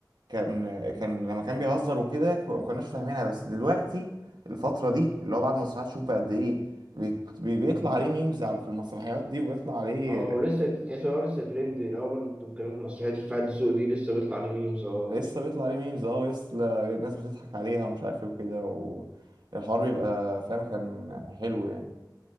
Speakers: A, on the right; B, on the right.
A: كان كان لما كان بيهزر وكده ك- ما كناش فاهمينها بس دلوقتي الفترة دي اللي هو بعد مسرحيات شوف بقى قد ايه بيت- بي- بيطلع
B: مم.
A: عليه ميمز على في المسرحيات دي وبيطلع عليه
B: اه ولسه تحس اه لسه ترند اللي هو برضه انتوا بتتكلموا في مسرحية رفاعي الدسوقي دي لسه بيطلع عليه ميمز اه
A: لسه بيطلع عليه ميمز اه ولسه الناس بتضحك عليها ومش عارف ايه وكده والحوار بيبقى فاهم كان حلو يعني